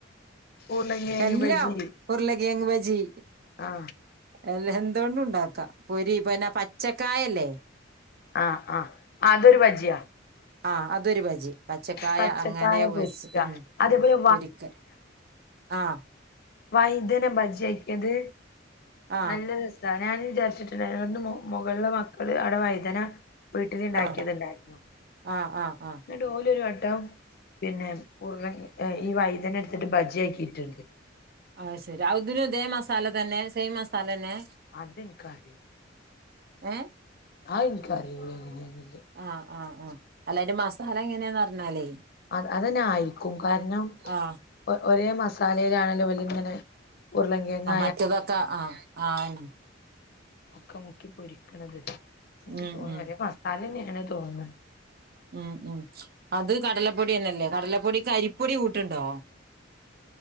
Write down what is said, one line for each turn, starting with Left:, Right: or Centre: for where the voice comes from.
Left: ഉരുളൻ കിഴങ്ങ്
Right: എല്ലാം
Left: ബജി
Right: ഉരുള കേഴങ്ങ് ബജി,
Left: ആ
Right: എല്ല എന്തോണ്ടും ണ്ടാക്ക പൊരിപ്പി ന്നെ പച്ചക്കായല്ലേ,
Left: ആഹ് ആഹ് അതൊരു ബജ്ജിയാ,
Right: ആഹ് അതൊര് ബജി, പച്ചക്കായ
Left: പച്ചക്കായ
Right: അങ്ങനെ വൊർച്
Left: പൊരിക്ക
Right: ഉ
Left: അതേപോലെ
Right: പൊരിക്ക, ആഹ്,
Left: വൈതനം ബജിയാക്കിയത്
Right: ആഹ്
Left: നല്ലൊരു, അത ഞാൻ വിചാരിച്ചിട്ടുണ്ട്ന്ന് മുകളില് മക്കള് അവിടെ വഴുതന വീട്ടിൽ ഉണ്ടാക്കിയത്ണ്ടായിരുന്നു,
Right: ആഹ് ആഹ് ആഹ് ആഹ്,
Left: ന്ന്ട്ടോല് ഒരു വട്ടം പിന്നെ ഉരുള ഈ വൈദ്യന ട്ട്ട്ട് ബജി ആക്കിട്ട്ണ്ട്,
Right: അത് ശെരി അതിന് തേ മസാല തന്നെ സെയിം മസാല തന്നെ,
Left: അതെനിക്കറിയൂ
Right: ഏഹ്?
Left: അത് എൻകറിയൂല എങ്ങനാന്ന്ള്ളെ,
Right: ആഹ് ആഹ് ആഹ്, അല്ല അയ്‌ന്റെ മസാല എങ്ങനാന്നർഞ്ഞാലേ,
Left: അത് അതന്നെ ആയിരിക്കും, കാരണം,
Right: ആഹ്
Left: ഒ ഒരേ മസാലേലാണല്ലോ ഓല്ങ്ങനെ ഉരുളങ്കെങ്ങ
Right: മറ്റേതൊക്ക ആഹ്, ആയ്
Left: മുക്കി മുക്കി പൊരിക്കണത് എൻക്ക്
Right: ഉം
Left: തോന്നു
Right: ഉം
Left: ഒരേ മസാലന്നേണ് തോന്ന്ണ്
Right: ഉം ഉം അത് കടലപ്പൊടിന്നല്ലേ കടലപ്പൊടിക്ക് അരിപ്പൊടി കൂട്ടുണ്ടോ